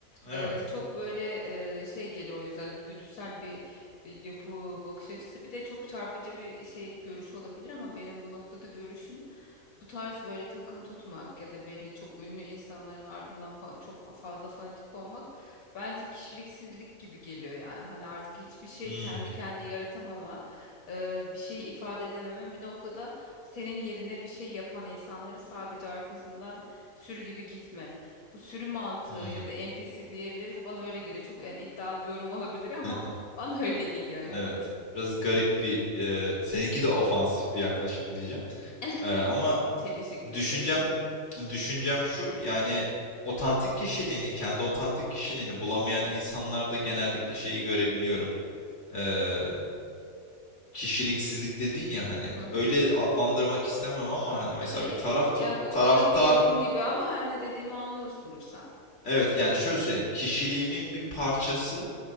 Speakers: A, on the left; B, on the left.
A: Evet.
B: Ee, çok böyle e, şey geliyor o yüzden güdüsel bir e, yapı, bakış açısı. Bir de çok çarpıcı bir şey görüş olabilir ama benim bu noktada görüşüm bu tarz böyle takım tutmak ya da belli çok ünlü insanların ardından fa- çok fazla fanatik olmak Bence kişiliksizlik gibi geliyor yani. Hani artık hiçbir şey
A: Hmm.
B: kendi kendine yaratamama, e, bir şeyi ifade edememe bir noktada senin yerine bir şey yapan insanları sadece arkasından sürü gibi gitme. Bu sürü mantığı
A: Hmm.
B: ya da NPC diyebiliriz. Bana öyle geliyor. Çok yani iddialı bir yorum <laughs> olabilir ama
A: <laughs>
B: bana öyle geliyor yani.
A: Evet. Biraz garip bir, eee, seninki de ofansif bir yaklaşım diyeceğim.
B: <laughs>
A: Eee, ama
B: Çelişik duracak
A: düşüncem
B: falan.
A: düşüncem şu, yani otantik kişiliğini, kendi otantik kişiliğini bulamayan insanlarda genellikle şeyi görebiliyorum. Eee, kişiliksizlik dedin ya hani
B: Hı hı.
A: öyle adlandırmak istemem ama hani mesela
B: Tabii
A: bir taraf tut
B: yani bu
A: taraftar
B: ağır bir yorum gibi ama yani dediğimi anlıyorsundur sen.
A: evet yani şöyle söyleyeyim kişiliğimin bir parçası